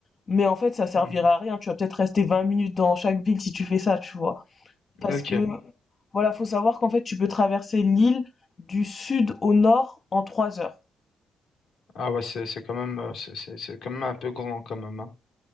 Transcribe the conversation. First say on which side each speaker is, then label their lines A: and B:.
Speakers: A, on the left (about 35°); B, on the left (about 65°).
A: mais en fait, ça servira
B: Mhm.
A: à rien. Tu vas peut-être rester 20 minutes dans chaque ville si tu fais ça, tu vois. Parce
B: Ok.
A: que, voilà, faut savoir qu'en fait, tu peux traverser l'île du sud au nord en 3 heures.
B: Ah ouais, c'est c'est quand même, euh, c'est c'est- c'est quand même un peu grand quand même, hein.